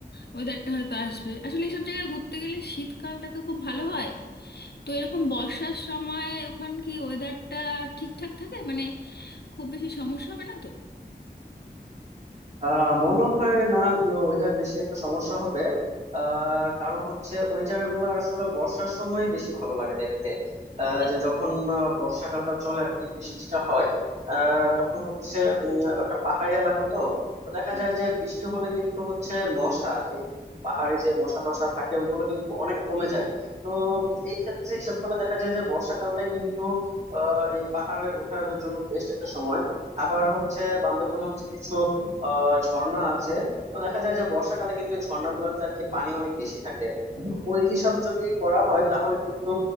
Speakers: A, on the left; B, on the right.
A: ওয়েদারটা হয়তো আসবে আসলে এসব জায়গায় ঘুরতে গেলে শীতকালটা তো খুব ভালো হয় তো এরকম বর্ষার সময় ওখান কি ওয়েদারটা ঠিকঠাক থাকে মানে খুব বেশি সমস্যা হবে না তো
B: আহ মনে হয় না ওয়েদার বেশি একটা সমস্যা হবে আহ কারণ হচ্ছে ওই জায়গাগুলো আসলে বর্ষার সময় বেশি ভালো লাগে দেখতে আহ,
A: আ-
B: যে যখন আহ, বর্ষাকালটা চলে আর কি বৃষ্টিটা হয় আহ, তখন হচ্ছে উম, ওটা পাহাড়ি এলাকা তো তো দেখা
A: হুম।
B: যায় যে বৃষ্টি হলে কিন্তু হচ্ছে মশা যে পাহাড়ে যে মশা টশা থাকে ওগুলো কিন্তু অনেক কমে যায় তো উম, এই ক্ষেত্রে হিসাব করলে দেখা যায় যে বর্ষাকালটাই কিন্তু আহ এই পাহাড়ে ওঠার জন্য বেস্ট একটা সময় আবার হচ্ছে বান্দরবনে হচ্ছে কিছু আহ ঝর্ণা আছে তো দেখা যায় যে বর্ষাকালে কিন্তু এই ঝর্ণা গুলোতে আর কি পানি অনেক বেশি থাকে তো ওই হিসাব যদি করা হয় তাহলে কিন্তু